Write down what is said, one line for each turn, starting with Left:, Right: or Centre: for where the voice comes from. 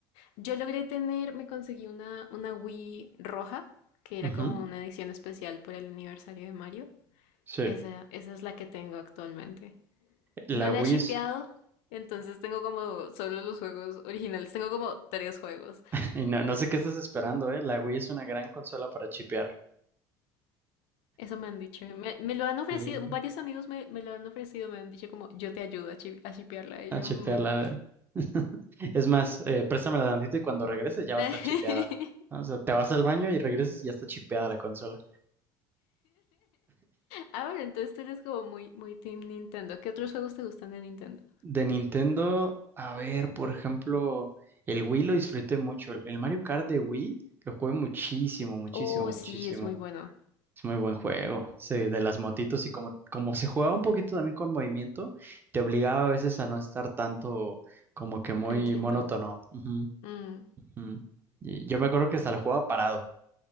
Left: Yo logré tener, me conseguí una, una Wii roja, que era
Right: Ujú,
Left: como una edición especial por el aniversario de Mario.
Right: Sí.
Left: Esa, esa es la que tengo actualmente.
Right: La
Left: No la
Right: Wii
Left: he shipeado,
Right: es...
Left: entonces tengo como solo los juegos originales. Tengo como tres juegos.
Right: <laughs> y no, no sé qué estás esperando, ¿eh? La Wii es una gran consola para chipear.
Left: Eso me han dicho. Me, me lo han ofrecido,
Right: Sí.
Left: varios amigos me, me lo han ofrecido, me han dicho como yo te ayudo a, shi- a shipearla. Y
Right: A
Left: yo,
Right: chipearla.
Left: "Mm".
Right: <laughs> Es más, eh, préstamela tantito y cuando regreses ya va
Left: <laughs>
Right: a estar chipeada. O sea, te vas al baño y regresas y ya está chipeada la consola.
Left: Ah, bueno, entonces tú eres como muy, muy Team Nintendo. ¿Qué otros juegos te gustan de Nintendo?
Right: De Nintendo, a ver, por ejemplo, el Wii lo disfruté mucho. El el Mario Kart de Wii lo jugué muchísimo, muchísimo,
Left: Oh,
Right: muchísimo.
Left: sí, es muy bueno.
Right: Es muy buen juego. ese de las motitos y como, como se jugaba un poquito también con movimiento, te obligaba a veces a no estar tanto como que muy
Left: Tan quieto.
Right: monótono. Ujú,
Left: Mm.
Right: ujú. Y yo me acuerdo que hasta lo jugaba parado.